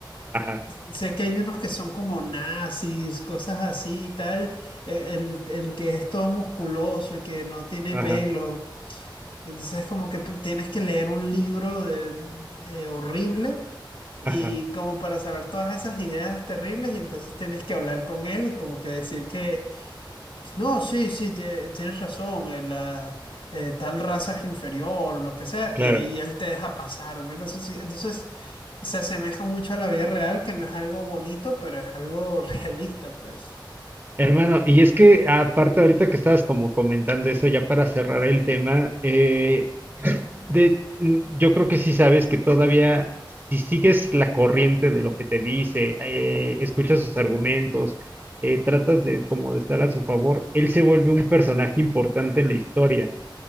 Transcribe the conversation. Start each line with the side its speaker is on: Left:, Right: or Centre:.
Right: Ajá,
Left: Sé que hay unos que son como nazis, cosas así y tal, e- el, el que es todo musculoso y que no tiene
Right: ajá,
Left: pelo. Entonces como que p- tienes que leer un libro de, eh, horrible y
Right: ajá.
Left: como para saber todas esas ideas terribles y entonces tienes que hablar con él y como que decir que no, sí, sí, te- tienes razón. eh, la, eh, tal raza es inferior o lo que sea,
Right: Claro.
Left: y ahí él te deja pasar, una cosa así. Entonces, se asemeja mucho a la vida real, que no es algo bonito, pero es algo <laughs> realista, pues.
Right: Hermano, y es que aparte ahorita que estabas como comentando eso, ya para cerrar el tema, eh, de, mm, yo creo que sí sabes que todavía, si sigues la corriente de lo que te dice, eh, escuchas sus argumentos, eh, tratas de como de estar a su favor, él se vuelve un personaje importante en la historia.